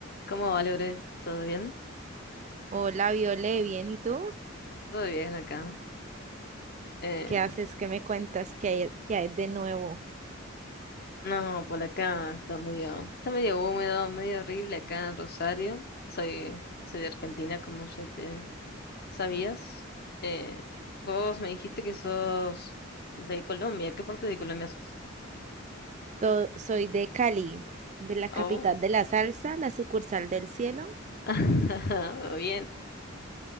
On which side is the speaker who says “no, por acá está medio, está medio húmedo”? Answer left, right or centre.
Left